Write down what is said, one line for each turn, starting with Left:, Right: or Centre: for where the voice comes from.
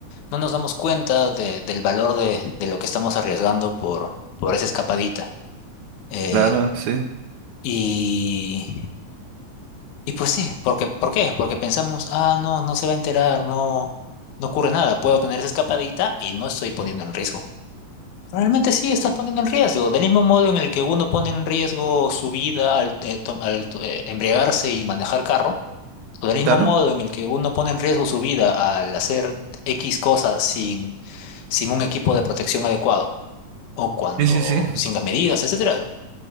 Left: no nos damos cuenta de- del valor de, de lo que estamos arriesgando por, por esa escapadita. Eh,
Right: claro, sí,
Left: y, y pues sí, porque, ¿por qué? Porque pensamos, ah, no, no se va a enterar, no, no ocurre nada, puedo tener esa escapadita y no estoy poniendo en riesgo. Realmente sí, estás poniendo en riesgo, del mismo modo en el que uno pone en riesgo su vida al, eh, to- al, to- eh, embriagarse y manejar carro. O del mismo
Right: claro.
Left: modo en el que uno pone en riesgo su vida al hacer X cosas sin, sin un equipo de protección adecuado, o cuando
Right: Sí, sí, sí.
Left: sin las medidas, etcétera.